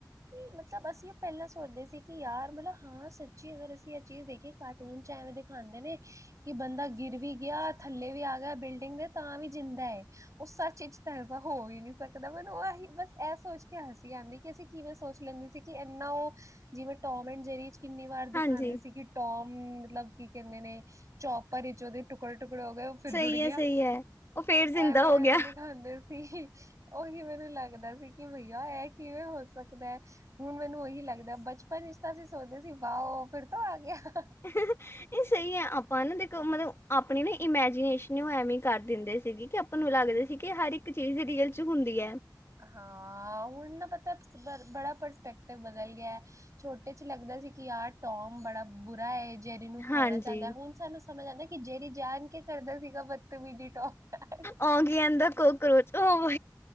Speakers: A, on the right; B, on the left.
A: ਕਿ ਮਤਲਬ ਅਸੀਂ ਉਹ ਪਹਿਲਾਂ ਸੋਚਦੇ ਸੀ। ਕਿ ਯਾਰ ਮਤਲਬ, ਹਾਂ ਸੱਚੀ ਅਗਰ ਅਸੀਂ ਇਹ ਚੀਜ਼ ਦੇਖੀ ਕਾਰਟੂਨ ਚ ਐਵੇਂ ਦਿਖਾਉਂਦੇ ਨੇ। ਕਿ ਬੰਦਾ ਗਿਰ ਵੀ ਗਿਆ, ਥੱਲੇ ਵੀ ਆ ਗਿਆ। ਬਿਲ ਏ, ਤਾਂ ਵੀ ਜਿੰਦਾ ਏ ਉਹ ਸੱਚ ਇਹ ਹੋ ਹੀ ਨਹੀਂੀ ਸਕਦਾ ਮੈਨੂੰ ਉਹ ਹੀ ਬਸ ਇਹ ਸੋਚ ਕੇ ਹਸੀ ਆਉਂਦੀ ਕਿ ਅਸੀਂ ਕਿਵੇਂ ਸੋਚ ਲੈਂਦੀ ਸੀ ਕਿ ਇੰਨਾ ਉਹ ਜਿਵੇਂ ਟੋਮਟ ਜਰੀ ਕਿੰਨੀ ਵਾਰ ਦਿਖਾਉਂਦੇ
B: ਹਾਂਜੀ।
A: ਸੀ ਕਿ ਟੋਮ ਮਤਲਬ ਕੀ ਕਹਿੰਦੇ ਨੇ ਚੌਪਰ ਚ ਉਹਦੇ ਟੁਕੜ ਟੁਕੜ ਹੋ ਗਏ ਉਹ ਫਿਰ
B: ਸਹੀ
A: ਜੁੜ ਗਿਆ
B: ਹੈ, ਸਹੀ ਹੈ। ਉਹ ਫੇਰ ਜ਼ਿੰਦਾ
A: ਐਵੇਂ-ਐਵੇਂ
B: ਹੋ ਗਿਆ।
A: ਦਿਖਾਉਂਦੇ ਉਹੀ ਮੈਨੂੰ ਲੱਗ ਲੱਦਾ ਸੀ ਕਿ ਭਈਆ ਇਹ ਕਿਵੇਂ ਹੋ ਸਕਦਾ ਹੈ ਹੁਣ ਮੈਨੂੰ ਉਹੀ ਲੱਗਦਾ ਬਚਪਨ ਵਿੱਚ ਤਾਂ ਅਸੀਂ ਸੋਚਦੇ ਸੀ ਵਾਹ ਫਿਰ ਤੋਂ ਆ ਗਿਆ
B: ਇਹ ਸਹੀ ਹੈ ਆਪਾਂਨੂੰ ਦੇ ਮਤਲਬ ਆਪਣੀ ਨਾ ਇਮੈਜੀਨੇਸ਼ਨ ਐਵੇਂ ਕਰ ਦਿੰਦੇ ਸੀਗੇ ਕਿ ਆਪਾਂ ਨੂੰ ਲੱਗਦੇ ਸੀ ਕਿ ਹਰ ਇੱਕ ਚੀਜ਼ ਰੀਅਲ ਚ ਹੁੰਦੀ ਹੈ
A: ਹਾਂ ਹੁਣ ਨਾ ਪਤਾ ਬੜਾ ਪਰਸਪੈਕਟਿਵ ਬਦਲ ਗਿਆ ਛੋਟੇ ਚ ਲੱਗਦਾ ਸੀ ਕਿ ਯਾਰ ਟੋਮ ਬੜਾ ਬੁਰਾ ਹੈ ਜੈਰੀ ਨੂੰ ਖਾਣਾ
B: ਹਾਂਜੀ,
A: ਚਾਹੁੰਦਾ ਹੁਣ ਸਾਨੂੰ ਸਮਝ ਆਂਦਾ ਕਿ ਜੈਰੀ ਜਾਣ ਕੇ ਕਰਦਾ ਸੀਗਾ ਬਦਤਮੀਜੀ ਟੋਮ ਨਾਲ
B: ਓਗੇ ਐਂਡ ਥਾ ਕਾਕਰੋਚ ਉਹਓ